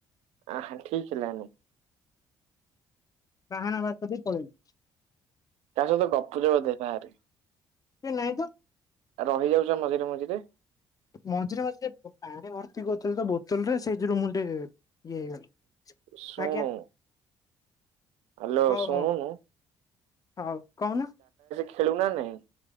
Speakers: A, on the right (about 70°); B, on the left (about 30°).
A: ଆ ହ ଠିକ୍ ହେଲାନି।
B: ବାହାନା ବାହାର କରିଦେଇକି ପଳଇଛି।
A: ତା ସହିତ ଗପୁଚ ବୋଧେ ବାହାରେ।
B: କାଇଁ ନାଇଁ ତ।
A: ରହିଯାଉଛ ମଝିରେ-ମଝିରେ।
B: ମଝିରେ-ମଝିରେ ପାଣି ଭର୍ତ୍ତି କରୁଥିଲି ତ ବୋତଲରେ ସେଇଥିରୁ ମୁଁ ଟିକେ ଇଏ ହେଇଗଲି।
A: ଶୁଣୁ
B: ଆଜ୍ଞା
A: ହ୍ୟାଲୋ
B: ହଉ
A: ଶୁଣୁନୁ।
B: ହଉ ହଉ କହୁନ।
A: ଖେଳିବୁ ନା-ନାଇଁ।